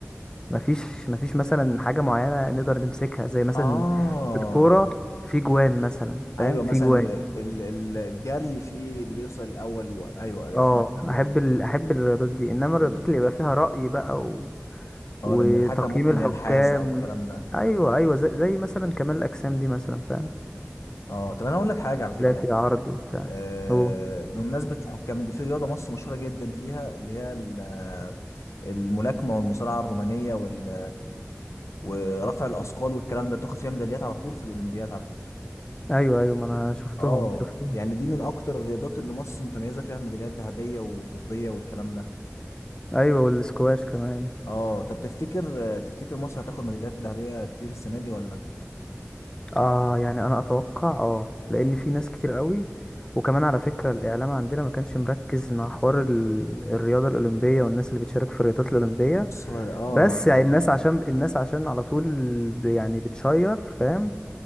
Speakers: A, on the left (about 15°); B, on the left (about 80°).
A: ما فيش ما فيش مثلا حاجة معينة نقدر نمسكها زي مثلا
B: اه
A: في الكورة في جوان مثلا فاهم
B: ايوه
A: في
B: مثلا
A: جوان
B: ال- ال- ال- الجري فيه اللي بيوصل الاول و... ايوه ايوه
A: اه
B: فهمت عامه
A: احب ال... احب الرياضات دي انما
B: لان
A: الرياضات اللي يبقى فيها رأي بقى و...
B: اه
A: وتقييم
B: لان الحكم ممكن
A: الحكام
B: ينحاز او الكلام ده
A: ايوه ايوه زي, زي مثلا كمال الاجسام دي مثلا فاهم
B: اه طب انا اقول لك حاجه على فكره
A: لا في عرض وبتاع
B: آه
A: اوه
B: بمناسبه الحكام دي في رياضه مصر مشهوره جدا فيها اللي هي ال- الملاكمه والمصارعه الرومانيه وال ورفع الاثقال والكلام ده بتاخد فيها ميداليات على طول في الاولمبياد على فكره
A: ايوه ايوه ما انا شفتهم
B: اه
A: شفتهم
B: يعني دي من اكتر الرياضات اللي مصر متميزه فيها بميداليات ذهبيه وفضيه والكلام ده
A: ايوه والسكواش كمان
B: اه طب تفتكر تفتكر مصر هتاخد ميداليات ذهبية كتير السنة دي ولا
A: اه يعني انا اتوقع اه لان في ناس كتير قوي وكمان على فكرة الاعلام عندنا ما كانش مركز مع حوار ال... الرياضة الاولمبية والناس اللي بتشارك في الرياضات الاولمبية
B: بص هو اه
A: بس
B: يعني
A: يعني آه، الناس عشان الناس عشان على طول يعني بتشير فاهم